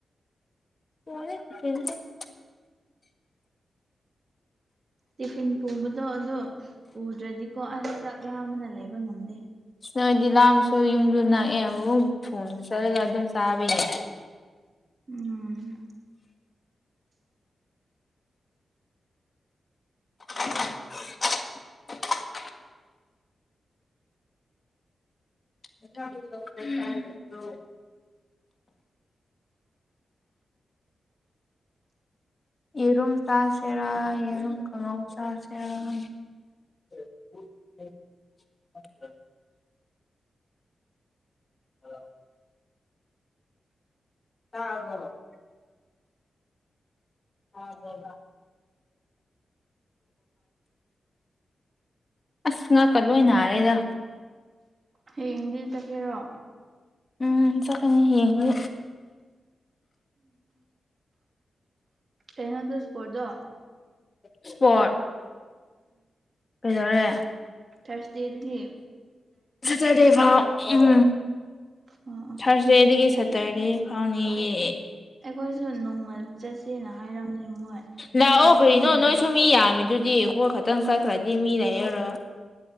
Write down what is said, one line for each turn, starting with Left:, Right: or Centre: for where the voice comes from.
Left: <unintelligible>
Right: ꯇꯤꯐꯤꯟ ꯄꯨꯕꯗꯣ ꯑꯗꯣ ꯄꯨꯗ꯭ꯔꯗꯤꯀꯣ ꯑꯁ ꯆꯥꯛꯂꯥ ꯑꯃꯅ ꯂꯩꯕ ꯉꯝꯗꯦ꯫
Left: ꯅꯣꯏꯗꯤ ꯂꯥꯡꯁꯨ ꯌꯨꯝꯗꯨ ꯅꯛꯑꯦ ꯑꯃꯨꯛ ꯊꯨꯅ ꯆꯠꯂꯒ ꯑꯗꯨꯝ ꯆꯥꯕ ꯌꯥꯏ꯫
Right: ꯎꯝ
Left: <inaudible> <inaudible> ꯌꯦꯔꯨꯝ ꯆꯥꯁꯤꯔꯥ ꯌꯦꯔꯨꯝ ꯈꯪꯉꯧ ꯆꯥꯁꯤꯔꯥ ꯈꯪꯗꯦ꯫ <unintelligible> <unintelligible> <unintelligible> <unintelligible> ꯑꯁ ꯉꯥꯛꯀ ꯂꯣꯏ ꯅꯥꯔꯦꯗ
Right: ꯍꯥꯌꯦꯡꯗꯩꯩ ꯆꯠꯁꯤꯔꯣ
Left: ꯎꯝ ꯆꯠꯀꯅꯤ ꯍꯌꯦꯡꯗꯤ
Right: ꯀꯩꯅꯣꯗꯨ ꯁꯄꯣꯔꯠꯗꯣ
Left: ꯁꯄꯣꯔꯠ ꯀꯩꯗꯧꯔꯦ
Right: ꯊꯔꯁꯗꯦꯗꯒꯤ
Left: ꯁꯦꯇꯔꯗꯦ ꯐꯥꯎ ꯎꯝ
Right: ꯑꯣ ꯑꯣ
Left: ꯊꯔꯁꯗꯦꯗꯒꯤ ꯁꯇꯔꯗꯦ ꯐꯥꯎꯅꯦꯌꯦ
Right: ꯑꯩꯈꯣꯏꯁꯨ ꯅꯣꯡꯃ ꯆꯠꯁꯦꯅ ꯍꯥꯏꯔꯝꯕꯅꯦ ꯃꯣꯏ
Left: ꯂꯥꯛꯑꯣ
Right: ꯑꯩꯗꯤ
Left: ꯀꯔꯤꯅꯣ
Right: ꯆꯠꯅꯤꯡꯗꯕ
Left: ꯅꯣꯏꯁꯨ ꯃꯤ ꯌꯥꯝꯃꯤꯗꯨꯗꯤ ꯑꯩꯈꯣꯏ ꯈꯛꯇꯪ ꯆꯠꯈ꯭ꯔꯗꯤ ꯃꯤ ꯂꯩꯔꯔꯣ